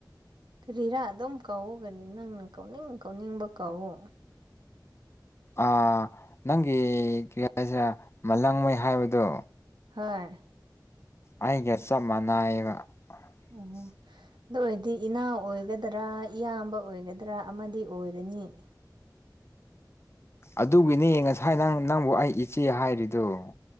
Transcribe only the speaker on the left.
ꯑ ꯅꯪꯒꯤ ꯀ꯭ꯔꯤ ꯍꯥꯏꯁꯤꯔꯥ ꯃꯥꯂꯡꯉꯩ ꯍꯥꯏꯕꯗꯨ
ꯑꯩꯒ ꯆꯞ ꯃꯥꯟꯅꯏꯕ <inaudible>
ꯑꯗꯨꯒꯤꯅꯦ ꯉꯁꯥꯏ ꯅꯪ ꯅꯪꯕꯨ ꯑꯩ ꯏꯆꯦ ꯍꯥꯏꯔꯤꯗꯨꯣ